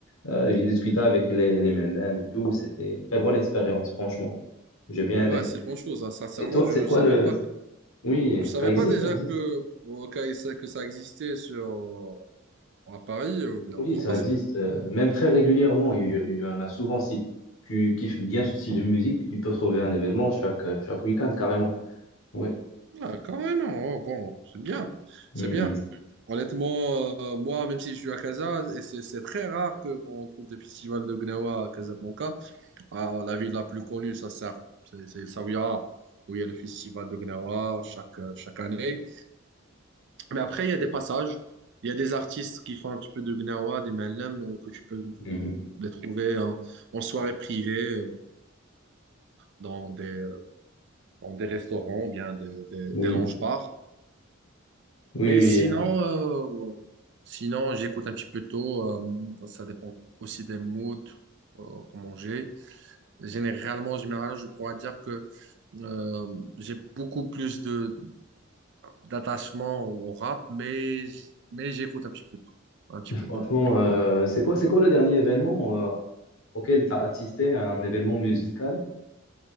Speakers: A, on the left; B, on the right.
A: Euh, j'ai discuté avec les, les Medlem et tout. C'était une très bonne expérience, franchement. J'ai bien aimé.
B: Ouais, c'est une bonne chose. hein. Sincèrement,
A: Et toi,
B: je
A: c'est quoi
B: savais
A: le...
B: pas que-
A: Oui,
B: je savais
A: ça existe,
B: pas déjà
A: ça existe.
B: que, au cas- que ça existait sur, à Paris ou bien
A: Oui,
B: en France.
A: ça existe. Euh, même très régulièrement, il il y en a souvent. Si tu kiffes bien ce style de musique, tu peux trouver un événement chaque, chaque week-end, carrément. Oui.
B: Ah, carrément. Oh, bon, c'est bien.
A: Mhm.
B: C'est bien. Honnêtement, euh, moi, même si je suis à Casa, et c'est c'est très rare que qu'on trouve des festivals de Gnawa à Casablanca. Ah, la ville la plus connue, ça sert. C'est c'est Zaouia, où il y a le festival de Gnawa chaque, euh, chaque année. Mais après, il y a des passages. Il y a des artistes qui font un petit peu de Gnawa, des Malem, euh, que tu peux
A: Mhm.
B: euh, les trouver en, en soirée privée, euh, dans des, euh, dans des restaurants, bien des, des,
A: Oui,
B: des lounge-bars.
A: oui,
B: Mais
A: oui.
B: sinon,
A: euh,
B: euh, sinon j'écoute un petit peu tôt. euh, ça dépend aussi des moods, euh, comment j'ai. Généralement, en général, je pourrais dire que euh, j'ai beaucoup plus de d'attachement au rap, mais j- mais j'écoute un petit peu tôt, un petit peu
A: Franchement,
B: tôt.
A: euh, c'est quoi, c'est quoi le dernier événement euh, auquel tu as assisté à un événement musical?